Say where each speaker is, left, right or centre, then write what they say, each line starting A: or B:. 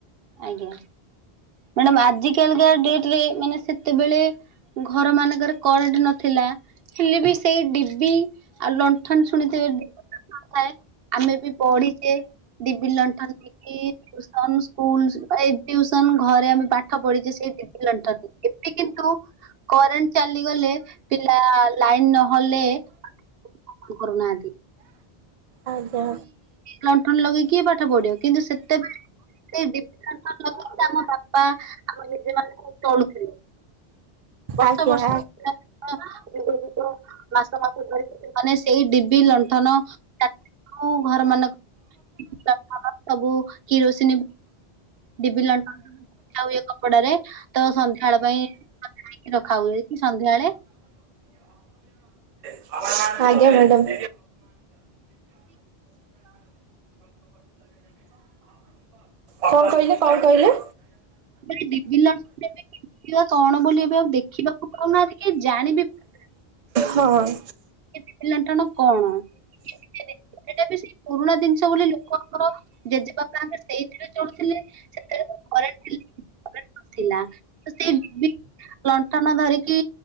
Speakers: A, on the right (about 70°); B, on the right (about 50°).
A: ଆଜ୍ଞା ମ୍ୟାଡାମ ଆଜି କାଲିକା ଡେଟରେ ମାନେ ସେତେବେଳେ ଘର ମାନଙ୍କରେ କରେଣ୍ଟ ନଥିଲା ହେଲେ ବି ସେଇ ଡିବି ଆଉ ଲଣ୍ଠନ ଶୁଣିଥିବେ <unintelligible> ନଥାଏ ଆମେ ବି ପଢିଛେ ଡିବି ଲଣ୍ଠନରେ ବି ଟିଉସନ ସ୍କୁଲ, ଏଇ ଟିଉସନ ଘରେ ଆମେ ପାଠ ପଢିଛେ ସେଇ ଡିବି ଲଣ୍ଠନ ରେ ଏବେ କିନ୍ତୁ କରେଂଟ ଚାଲିଗଲେ ପିଲା ଲାଇନ ନହଲେ ପାଠ ପଢୁନାହାନ୍ତି।
B: ଆଜ୍ଞା।
A: ଲଣ୍ଠନ ଲଗେଇକି କିଏ ପାଠ ପଢିବ? କିନ୍ତୁ ସେତେବେଳେ ସେଇ ଡିବି, ଲଣ୍ଠନ ଲଗେଇକି ଆମ ବାପା ଆମ ଜେଜେ ମାନେ ସବୁ ଚଳୁଥିଲେ। ବର୍ଷ
B: ଆଜ୍ଞା
A: ବର୍ଷ
B: ଆ
A: ଦିନ ଦିନ ଯୁଗ ଯୁଗ ମାସ ମାସ ଧରିକି ସେମାନେ ସେଇ ଡି ବି ଲଣ୍ଠନ <unintelligible> ଘର ମାନଙ୍କ ଲଣ୍ଠନ ସବୁ କିରୋସିନ ଡିବି ଲଣ୍ଠନ ପୋଛା ହୁଏ କପଡାରେ ତ ସନ୍ଧ୍ୟା ବେଳ ପାଇଁ ସଜଡ଼ା ହେଇକି ରଖା ହୁଏ, କି ସନ୍ଧ୍ୟାବେଳେ
B: ଆଜ୍ଞା ମ୍ୟାଡାମ କଣ କହିଲେ କଣ କହିଲେ
A: ଏ ଡିବି ଲଣ୍ଠନ <unintelligible> କଣ ବୋଲି ଆଉ ଦେଖିବାକୁ ପାଉନାହାନ୍ତି କି ଜାଣିବି ପାରୁନାହାଁନ୍ତି
B: ହଁ।
A: ସେ ଡିବି ଲଣ୍ଠନ କଣ? ସେ ଟା ବି ସେ ପୁରୁଣା ଜିନି ଷ ବୋଲି ଲୋକମାନଙ୍କର ଜେଜେବାପା ଆଗେ ସେଇଥିରେ ଚଳୁଥିଲେ। ସେଥିରେ <unintelligible> ନଥିଲା ତ ସେଇ <unintelligible> ଲଣ୍ଠନ ଧରିକି